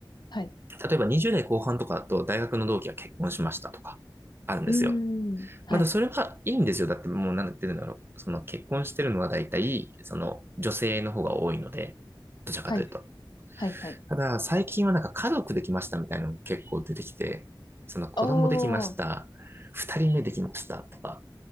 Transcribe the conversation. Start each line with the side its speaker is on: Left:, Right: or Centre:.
Left: はい。
Right: 例えば20代後半とかだと大学の同期が結婚しましたとか、あるんですよ。
Left: うーん、はい、
Right: まだそれはいいんですよ。だってもうなんて言うんだろう。その結婚してるのは大体、その女性の方が多いので、どちらかというと。
Left: はい、はい、はい。
Right: ただ、最近はなんか家族できましたみたいなの結構出てきて、その子供できました、
Left: おー、
Right: 二人目できましたとか。